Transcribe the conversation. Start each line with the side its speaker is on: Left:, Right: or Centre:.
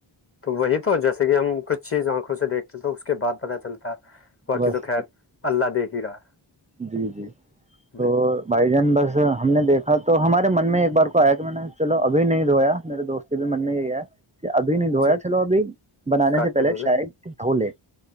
Left: تو وہی تو جیسے کہ ہم کچھ چیز آنکھوں سے دیکھتے تو اس کے بعدتہ چلتا ہے باقی
Right: بس
Left: تو خیر اللہ دیکھ ہی رہا ہے
Right: جی جی تو
Left: جی
Right: بھائی جان بس ہم نے دیکھا تو ہمارے من میں ایک بار کو آیا کہ میں نے چلو ابھی نہیں دھویا میرے دوست کے بھی من میں یہی ہے کہ ابھی نہیں دھویا
Left: جی
Right: چلو ابھی بنانے
Left: کاٹ
Right: سے پہلے
Left: کے دولے
Right: شاید دھو لے